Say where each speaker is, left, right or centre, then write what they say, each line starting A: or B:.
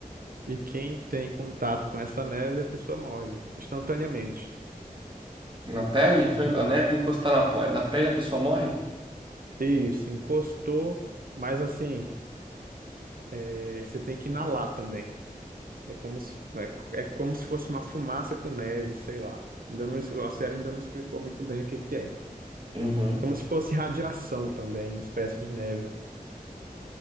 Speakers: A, on the right; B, on the right.
A: e quem tem contato com essa neve, a pessoa morre instantaneamente.
B: Na pele? Só
A: Da-
B: A neve encostar na, po- na pele a pessoa morre?
A: Isso, encostou, mas assim, é, você tem que inalar também. É como se, é, co- é como se fosse uma fumaça com neve, sei lá. Ainda não, a série ainda não explicou muito bem o que que é.
B: Uhum.
A: Como se fosse radiação também, espécie de neve.